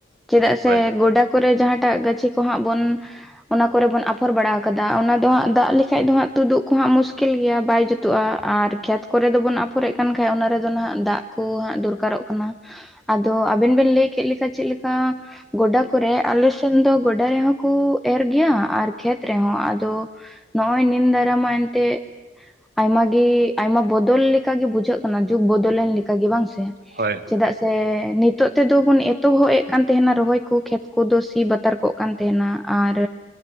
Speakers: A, in the centre; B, on the right.
A: ᱪᱮᱫᱟᱜ ᱥᱮ
B: ᱦᱳᱭ
A: ᱜᱚᱰᱟ ᱠᱚᱨᱮ, ᱡᱟᱦᱟᱸᱴᱟᱜ ᱜᱟᱹᱪᱷᱤ ᱠᱚ ᱦᱟᱸᱜ, ᱵᱚᱱ ᱚᱱᱟ ᱠᱚᱨᱮ, ᱵᱚᱱ ᱟᱯᱷᱚᱨ ᱵᱟᱲᱟ ᱟᱠᱟᱫᱟ, ᱚᱱᱟ ᱫᱚ ᱦᱟᱸᱜ, ᱫᱟᱜ ᱞᱤᱸᱜᱤ ᱠᱷᱟᱡ
B: ᱦᱳᱭ
A: ᱫᱚ ᱦᱟᱜ ᱛᱩᱫᱩᱜ ᱠᱚ ᱦᱟᱸᱜ, ᱢᱩᱥᱠᱤᱞ ᱜᱮᱭᱟ, ᱵᱟᱭ ᱡᱩᱛᱩᱜᱼᱟ, ᱟᱨ ᱠᱷᱮᱛ ᱠᱚᱨᱮ ᱫᱚ, ᱵᱚᱱ ᱟᱯᱷᱚᱨᱮᱫ ᱠᱟᱱ ᱠᱷᱟᱡ, ᱚᱱᱟ ᱨᱮᱫᱚ ᱱᱟᱦᱟᱜ ᱫᱟᱜ ᱠᱚ ᱦᱟᱸᱜ, ᱫᱚᱨᱠᱟᱨᱚᱜ ᱠᱟᱱᱟ, ᱟᱫᱚ ᱟᱵᱮᱱ ᱵᱮᱱ, ᱞᱟᱹᱭ ᱠᱮᱫ ᱞᱮᱠᱟ, ᱪᱮᱫ ᱞᱮᱠᱟ ᱜᱚᱰᱟ ᱠᱚᱨᱮᱜ, ᱟᱞᱮ ᱥᱮᱱ ᱫᱚ ᱜᱚᱰᱟ ᱨᱮᱦᱚᱸ ᱠᱚ, ᱮᱨ ᱜᱮᱭᱟ, ᱟᱨ ᱠᱷᱮᱛ ᱨᱮᱦᱚᱸ, ᱟᱫᱚ ᱱᱚ-ᱚᱭ, ᱱᱤᱱ ᱫᱟᱨᱟ ᱢᱟ, ᱮᱱᱛᱮ ᱟᱭᱢᱟᱜᱮ, ᱟᱭᱢᱟ ᱵᱚᱫᱚᱞ ᱞᱮᱠᱟᱜ ᱜᱮ, ᱵᱩᱡᱷᱟᱹᱜ ᱠᱟᱱᱟ, ᱡᱩᱜᱽ ᱵᱚᱫᱚᱞᱮᱱ ᱞᱮᱠᱟᱜᱮ, ᱵᱟᱝ ᱥᱮ?
B: ᱦᱳᱭ ᱾
A: ᱪᱮᱫᱟᱜ ᱥᱮ, ᱱᱤᱛᱚᱜ ᱛᱮᱫᱚ ᱵᱚᱱ, ᱮᱛᱚᱦᱚᱵ ᱮᱫ ᱠᱟᱱ ᱛᱟᱦᱮᱱᱟ, ᱨᱚᱦᱚᱭ ᱠᱚ ᱠᱷᱮᱛ ᱠᱚᱫᱚ, ᱥᱤ ᱵᱟᱛᱟᱨ ᱠᱚᱜ ᱠᱟᱱ ᱛᱟᱦᱮᱱᱟ, ᱟᱨ